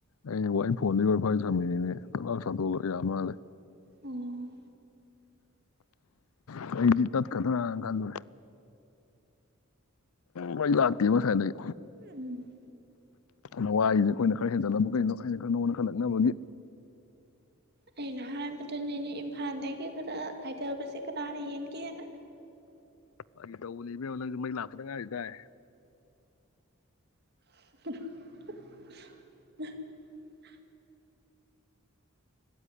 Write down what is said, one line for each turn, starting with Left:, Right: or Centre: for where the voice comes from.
Left: ꯑꯩꯅ ꯋꯥꯢ ꯐꯣꯟꯗꯒꯤ ꯋꯥꯢꯐꯥꯢ ꯁꯝꯃꯨꯢꯅꯤꯅꯦ ꯊꯛ ꯂꯥꯎꯅ ꯁꯠꯇꯣꯛꯑꯒ ꯌꯥ ꯃꯥꯜꯂꯦ
Right: ꯎꯝ
Left: ꯍꯝ ꯑꯩꯗꯤ ꯇꯠꯀꯗ꯭ꯔꯅ ꯀꯜꯂꯨꯔꯦ ꯃꯩ ꯂꯥꯛꯇꯦꯕ ꯉꯁꯥꯏꯗꯩ
Right: ꯎꯝ
Left: ꯂꯋꯥꯏꯁꯦ ꯑꯩꯈꯣꯏꯅ ꯈꯔ ꯍꯦꯟꯖꯜꯂꯕ ꯀꯩꯅꯣ ꯑꯩꯅ ꯀꯔ ꯅꯪꯉꯣꯟꯗ ꯈꯔ ꯂꯛꯅꯕꯒꯤ
Right: ꯑꯩꯅ ꯍꯥꯏꯕꯗꯨꯅꯤꯅꯦ ꯏꯝꯐꯥꯜꯗꯒꯤ ꯈꯔ ꯍꯥꯏꯊꯕꯁꯦ ꯀꯅꯥꯅ ꯍꯦꯟꯒꯦꯅ
Left: ꯐꯒꯤ ꯇꯧꯕꯅꯦ ꯏꯕꯦꯝꯃ ꯅꯪꯁꯨ ꯃꯩ ꯂꯥꯛꯄꯗ ꯉꯥꯏꯔꯤ ꯗꯥꯏ
Right: <unintelligible>